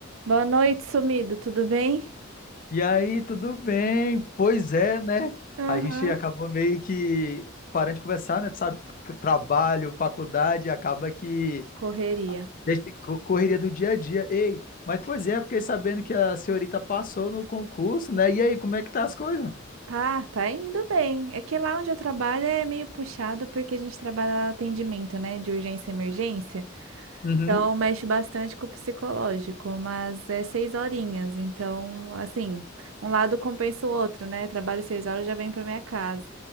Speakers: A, on the right (about 80°); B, on the left (about 45°).
A: Boa noite, sumido, tudo bem?
B: E aí, tudo bem? Pois é, né?
A: Aham.
B: A gente acabou meio que parando de conversar, né? Tu sabe, trabalho, faculdade, acaba que
A: Correria.
B: deixa co- correria do dia a dia. Ei, mas pois é, fiquei sabendo que a senhorita passou no concurso, né? E aí, como é que tá as coisas?
A: Tá, tá indo bem. É que lá onde eu trabalho é meio puxado porque a gente trabalha atendimento, né, de urgência e emergência.
B: Uhum.
A: Então mexe bastante com o psicológico, mas é seis horinhas. Então, assim, um lado compensa o outro, né? Trabalho seis horas, já venho para minha casa.